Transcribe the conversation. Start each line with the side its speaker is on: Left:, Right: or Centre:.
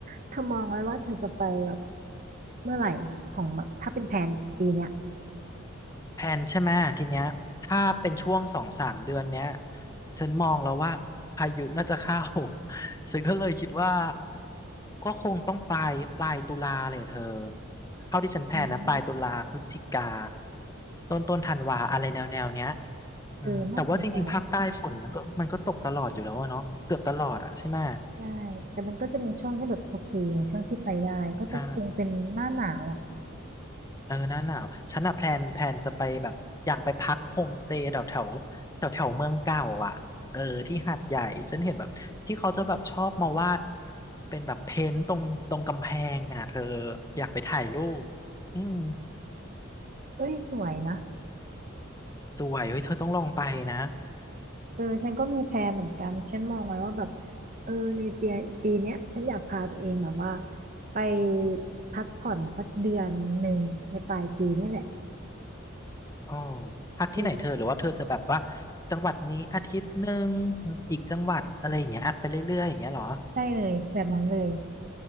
Right: เธอมองไว้ว่าเธอจะไปแบบเมื่อไหร่ของแบบถ้าเป็นแผนปีเนี้ย
Left: แพลนใช่ไหมทีเนี้ยถ้าเป็นช่วงสองสามเดือนเนี้ยฉันมองแล้วว่าพายุน่าจะเข้า <laughs> ฉันก็เลยคิดว่าก็คงต้องปลายปลายตุลาเลยเธอเท่าที่ฉันแพลนนะปลายตุลาพฤศจิกา
Right: อืม
Left: ต้นต้นธันวาอะไรแนวแนวเนี้ยอืมแต่ว่าจริงๆภาคใต้ฝนมันก็มันก็ตกตลอดอยู่แล้วอะเนาะเกือบตลอดอะใช่ไหม
Right: เออน่าสนใจ ได้แต่มันก็จะมีช่วงที่แบบโอเคช่วงที่ไปได้ก็จะคงเป็นหน้าหนาวอ่ะ
Left: ใช่ เออหน้าหนาวฉันอะแพลนแพลนจะไปแบบอยากไปพักโฮมสเตย์แถวแถวแถวแถวเมืองเก่าอ่ะเออที่หาดใหญ่ฉันเห็นแบบที่เขาจะแบบชอบมาวาดเป็นแบบเพ้นท์ตรงตรงกำแพงอ่ะเธออยากไปถ่ายรูปอืม
Right: เอ้ยสวยนะ
Left: สวยเฮ้ยเธอต้องลองไปนะ
Right: เออฉันก็มีแพลนเหมือนกันฉันมองไว้ว่าแบบเออในปีปีเนี้ยฉันอยากพาตัวเองแบบว่าไปพักผ่อนสักเดือนหนึ่งในปลายปีนี่แหละ
Left: อ๋อพักที่ไหนเธอหรือว่าเธอจะแบบว่า
Right: เออ
Left: จังหวัดนี้อาทิตย์หนึ่งอีกจังหวัดอะไรอย่างเงี้ยไปเรื่อยๆอย่างเงี้ยเหรอ
Right: ใช่เลยแบบนั้นเลย